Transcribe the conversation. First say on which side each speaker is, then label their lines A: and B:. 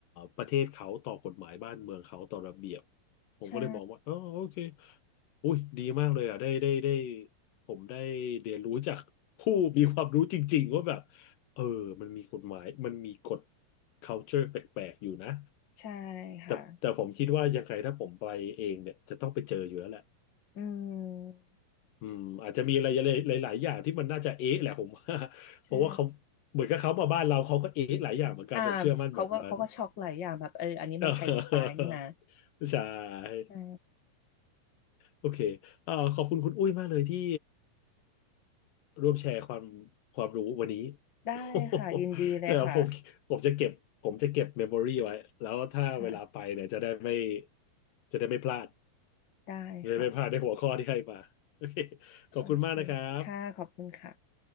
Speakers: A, on the left; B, on the left.
A: ประเทศเขาต่อกฎหมายบ้านเมืองเขาต่อระเบียบผมก็เลยมองว่าอ๋อโอเค
B: ใช่
A: อุ้ยดีมากเลยอ่ะได้ได้ได้ผมได้เรียนรู้จากผู้มีความรู้จริงๆว่าแบบเออมันมีกฎหมายมันมีกฎ culture แปลกๆอยู่นะ
B: ใช่
A: แต่แต่ผมคิดว่ายังไงถ้าผมไปเองเนี่ยจะต้องไปเจออยู่แล้วแหละ
B: ค่ะอืม
A: อืมอาจจะมีอะไรหลายๆอย่างที่มันน่าจะเอ๊ะแหละผมว่า <laughs>
B: ใช่
A: เพราะว่าเขาเหมือนกับเขามาบ้านเราเขาก็เอ๊ะหลายอย่างเหมือนกันผมเชื่อมั่นแบบนั้น
B: อ่าเขาก็เขาก็ช็อกหลายอย่างแบบเอออันนี้มันไทยสไตล์นี่นะ
A: <laughs> ใช่
B: ใช่
A: โอเคเอ่อขอบคุณคุณอุ้ยมากเลยที่ร่วมแชร์ความความรู้วันนี้
B: ได้ค่ะยินดีเลยค่ะ
A: <laughs> เดี๋ยวผมผมจะเก็บผมจะเก็บเมมโมรี่ไว้แล้วถ้าเวลาไปเนี่ยจะได้ไม่
B: ค่ะ
A: จะได้ไม่พลาด
B: ได้ค่ะ
A: จะได้ไม่พลาดในหัวข้อที่ให้มาโอเคขอบคุณมากนะครับ
B: โอเคค่ะขอบคุณค่ะ